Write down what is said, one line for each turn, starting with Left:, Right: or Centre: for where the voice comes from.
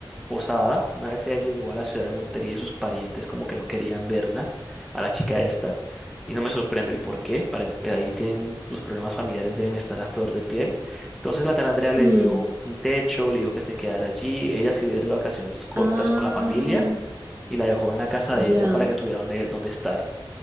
Centre: posada. Una vez ella llegó a la ciudad de Montería y sus parientes como que no querían verla, a la chica esta, y no me sorprende el por qué, pare- ahí tienen los problemas familiares deben estar a flor de piel. Entonces la tal Andrea le
Right: mm.
Centre: dio un techo, le dijo que se quedara allí, ella se iba a ir de vacaciones cortas
Right: Ah,
Centre: con la familia y la dejó en la casa
Right: ya.
Centre: de ella para que tuviera donde, donde estar.